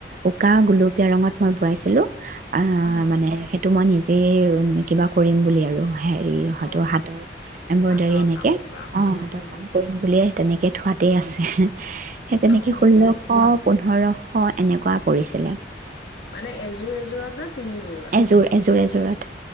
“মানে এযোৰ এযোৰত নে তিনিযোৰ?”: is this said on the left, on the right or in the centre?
Left